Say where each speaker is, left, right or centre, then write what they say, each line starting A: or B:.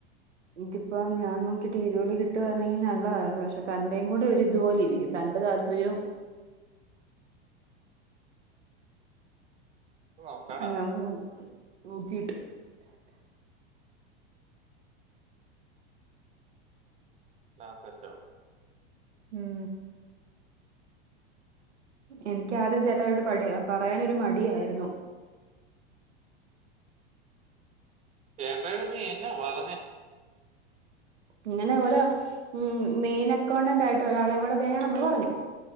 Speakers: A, on the right (about 85°); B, on the right (about 20°).
A: ഇൻകിപ്പ ഞാൻ നോക്കിയിട്ട് ജോലി കിട്ടുവാന്നെങ്കിൽ നല്ലതായിരുന്നു. പക്ഷെ തന്റെയും കൂടെ ഒരിതു പോ ലിരിക്കും തന്റെതർ അർദയം
B: നോക്കാടാ
A: അല്ലകുഴൻ നോക്കീട്ട്
B: ആ സെറ്റാവും.
A: ഉം. എനിക്ക് ആദ്യം ചേട്ടായോട് പടി പറയാനൊരു മടിയായിരുന്നു.
B: ചേട്ടായിടത്ത് നീ എന്നാ പറഞ്ഞേ?
A: ഇങ്ങനെ ഒര ഉ മെയിനക്കൗണ്ടൻ്റായിട്ട് ഒരാളെംകൂടെ വേണംന്ന് പറഞ്ഞു.